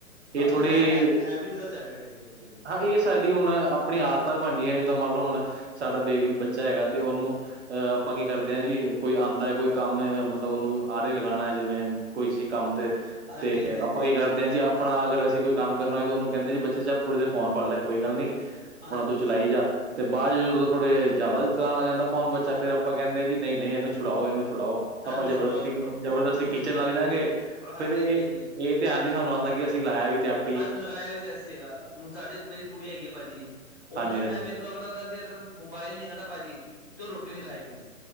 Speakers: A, on the right (about 50°); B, on the left (about 15°).
A: ਏ
B: ਬਾਕੀ
A: ਥੋੜੀ
B: ਹੈ <inaudible> ਹੈਗੀ ਏ ਭਾਜੀ। ਬੜੀ
A: ਹਾਂ ਏਹ ਸਾਡੀ ਹੁਣ ਆਪਣੀ ਆਦਤਾਂ ਵੀ ਬਨਦੀਆਂ, ਏਕ ਦਮ ਮੰਨ ਲੋ ਹੁਣ, ਸਾਡਾ ਬੇਬੀ, ਬੱਚਾ ਹੈਗਾ ਤੇ ਓਹਨੂੰ ਅ ਅਪਾਂ ਕੀ ਕਰਦੇ ਹਾਂ ਜੀ, ਕੋਈ ਆਂਦਾ ਐ, ਕੋਈ ਕਾੰਮ ਐ ਮਤਲਬ ਓਹਨੂੰ ਆਰੇ ਲਗਾਣਾ ਐ। ਜਿਵੇਂ ਕਿਸੀ ਕੰਮ ਤੇ,
B: ਹਾਂਜੀ
A: ਤੇ
B: ਹਾਂਜੀ ਹਾਂਜੀ
A: ਆਪਾਂ ਕੀ
B: ਹਾਂਜੀ
A: ਕਰਦੇ ਹਾਂ ਜੀ, ਆਪਣਾ ਅਗਰ ਅਸੀ ਕੋਈ ਕਾੰਮ ਕਰਨਾ ਹੋਏ ਤੇ ਓਹਨੂੰ ਕੈਂਦੇ ਜੀ ਬੱਚੇ ਚੱਲ ਥੋੜੀ ਦੇਰ ਫੋਨ ਫੜ ਲੇ, ਕੋਈ ਗੱਲ ਨੀ ਅਪਣਾ
B: ਹਾਂਜੀ
A: ਤੂੰ ਚਲਾਈ ਜਾ ਤੇ ਬਾਦ ਚ ਜਦੋਂ ਥੋੜੇ ਜਾਦਾ ਚਲਾਨ ਲੱਗ ਜਾਂਦਾ ਫੋਨ ਬੱਚਾ, ਫੇਰ ਅਪਾਂ ਕੈਂਦੇ ਆਂ ਜੀ ਨਹੀਂ, ਨਹੀਂ ਏਨੂੰ ਛੁਡਾਓ, ਏਨੂੰ ਛੁਡਾਊ। ਆਪਾਂ
B: ਇਹਨੂੰ
A: ਜਬਰਦਸਤੀ,
B: ਛੁਡਵਾਓ ਛੁਡਾਓ
A: ਜਬਰਦਸਤੀ
B: ਉਹ
A: ਖਿਚਨ
B: ਉਸ
A: ਲੱਗ ਜਾਂਗੇ
B: ਹਾਂਜੀ
A: ਫੇਰ ਏ,
B: ਹਾਂਜੀ ਹਾਂਜੀ
A: ਏ ਧਿਆਨ ਨੀ ਸਾਨੂੰ ਆਂਦਾ। ਕਿ ਅਸੀ ਲਾਏਆ ਵੀ ਤੇ ਆਪ
B: ਆ ਲਗਾਏਆ ਵੀ ਤੇ ਅਸੀ ਹੈਗਾ, ਹੁਨ ਸਾਡੀ, ਮੇਰੀ ਗੁਡੀਆ ਹੈਗੀ ਐ, ਭਾਜੀ ਓਨੂੰ
A: ਹਾਂਜੀ ਹਾਂਜੀ
B: ਏਹ ਵੇਖ ਲੋ ਅਗਰ ਓਦੇ ਅੱਗੇ ਅਗਰ ਮੋਬਾਇਲ ਨੀ ਹੈਗਾ ਨਾ ਭਾਜੀ, ਤੇ ਓ ਰੋਟੀ ਨੀ ਖਾਏਗੀੇ ਨੇ